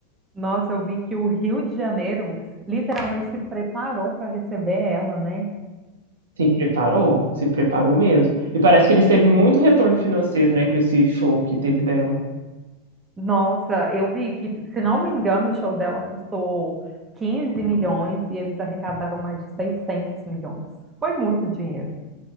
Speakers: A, on the right; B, on the right.
A: Nossa, eu vi que o Rio de Janeiro literalmente se preparou para receber ela, né?
B: Se preparou? Se preparou mesmo. E parece que eles teve muito retorno financeiro, né, com esse show que teve dela.
A: Nossa, eu vi que, se não me engano, o show dela custou 15 milhões e eles arrecadaram mais de 600 milhões. Foi muito dinheiro.